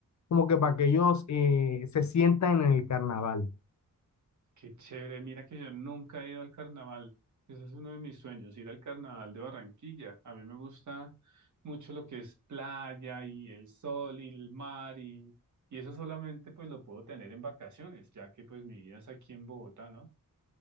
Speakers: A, on the left (about 55°); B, on the right (about 60°).
A: como que para que ellos eh, se sientan en el carnaval.
B: Qué chévere, mira que yo nunca he ido al carnaval. Ese es uno de mis sueños, ir al carnaval de Barranquilla. A mí me gusta mucho lo que es playa y el sol y el mar y, y eso solamente pues lo puedo tener en vacaciones, ya que pues mi vida es aquí en Bogotá, ¿no?